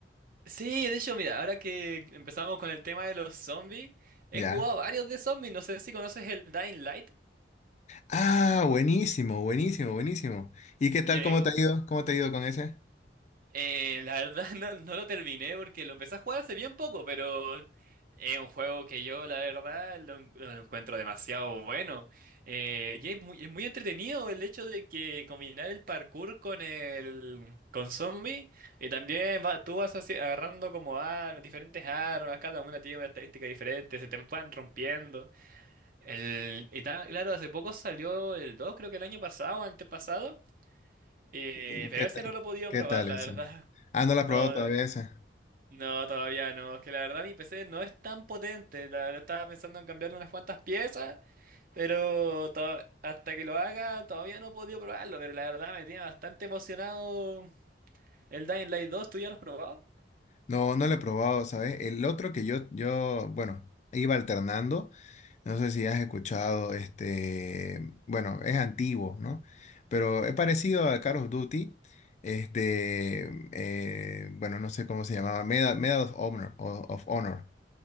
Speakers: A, on the right; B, on the left.
A: Sí, de hecho, mira, ahora que empezamos con el tema de los zombies, he
B: Ya.
A: jugado varios de zombies, no sé si conoces el Dying Light.
B: Ah, buenísimo, buenísimo, buenísimo. ¿Y qué tal,
A: Y, eh,
B: cómo te ha ido? ¿Cómo te ha ido con ese?
A: eh, la verdad <laughs> no, no lo terminé porque lo empecé a jugar hace bien poco, pero es un juego que yo la verdad lo, en- lo encuentro demasiado bueno. Eh, y es muy, es muy entretenido el hecho de que combinar el parkour con el con zombies y también va- tú vas así agarrando como armas, diferentes armas, cada una tiene una estadística diferente, se te van rompiendo. El, y ta- claro, hace poco salió el 2, creo que el año pasado o antepasado. eh,
B: ¿Y
A: pero
B: ¿Qué
A: ese
B: tal,
A: no lo he podido
B: qué
A: probar,
B: tal
A: la
B: eso?
A: verdad.
B: Ah, no lo he
A: No,
B: probado todavía esa.
A: no, todavía no. Es que la verdad mi PC no es tan potente. La verdad estaba pensando en cambiarle unas cuantas piezas, pero to- hasta que lo haga todavía no he podido probarlo. Pero la verdad me tiene bastante emocionado el Dying Light dos, ¿Tú ya lo has probado?
B: No, no lo he probado, ¿sabes? El otro que yo, yo, bueno, iba alternando. No sé si has escuchado este, bueno, es antiguo, ¿no? Pero es parecido a Call of Duty. Este, eh, bueno, no sé cómo se llamaba, Medal, Medal of Honor, o- of Honor,